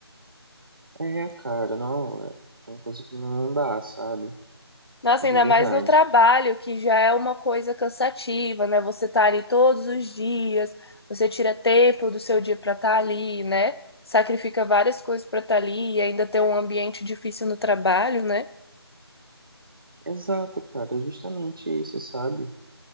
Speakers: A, on the right; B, on the left.
A: É, cara, não, é uma coisa que não dá, sabe?
B: Nossa,
A: De
B: ainda
A: verdade.
B: mais no trabalho, que já é uma coisa cansativa, né? Você tá ali todos os dias, você tira tempo do seu dia para estar ali, né? Sacrifica várias coisas para estar ali e ainda ter um ambiente difícil no trabalho, né?
A: Exato, cara, é justamente isso, sabe?